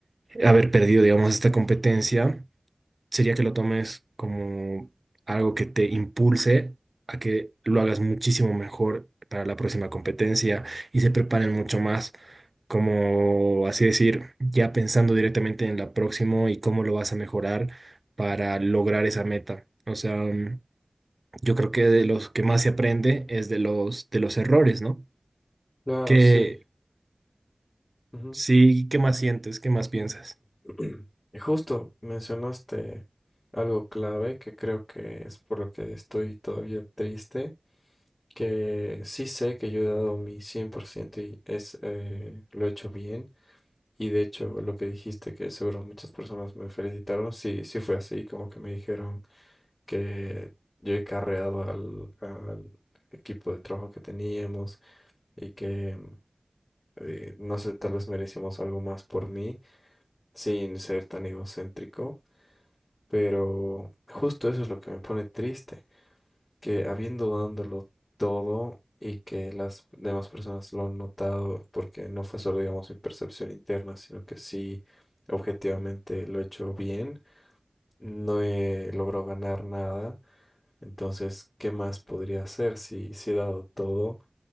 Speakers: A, on the right; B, on the left.
A: haber perdido, digamos, esta competencia, sería que lo tomes como algo que te impulse a que lo hagas muchísimo mejor para la próxima competencia y se preparen mucho más, como así decir, ya pensando directamente en la próxima y cómo lo vas a mejorar para lograr esa meta. O sea... mm, yo creo que de los que más se aprende es de los, de los errores, ¿no?
B: Claro,
A: Que
B: sí. ujú.
A: sí, ¿qué más sientes? ¿Qué más piensas?
B: <clears throat> Y Justo mencionaste algo clave que creo que es por lo que estoy todavía triste que sí sé que yo he dado mi 100% y es, eh, lo he hecho bien. Y de hecho, lo que dijiste, que seguro muchas personas me felicitaron, sí, sí fue así, como que me dijeron que yo he carreado al, al equipo de trabajo que teníamos y que, eh, no sé, tal vez merecimos algo más por mí, sin ser tan egocéntrico, pero justo eso es lo que me pone triste que habiendo dándolo todo y que las demás personas lo han notado, porque no fue solo, digamos, mi percepción interna, sino que sí, objetivamente lo he hecho bien, no he logrado ganar nada. Entonces, ¿qué más podría hacer si, si he dado todo?